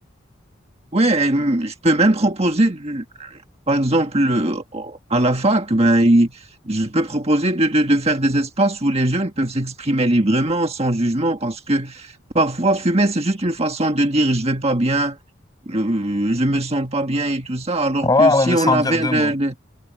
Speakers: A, on the right; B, on the left.
A: Ouais, et, hum, je peux même proposer. Par exemple, euh, à la fac, ben, il- je peux proposer de, de- de faire des espaces où les jeunes peuvent s'exprimer librement, sans jugement, parce que parfois, fumer, c'est juste une façon de dire je vais pas bien, euh, je me sens pas bien et tout ça, alors
B: Ouais,
A: que si
B: ouais, mais sans
A: on avait
B: dire deux
A: le,
B: mots.
A: le-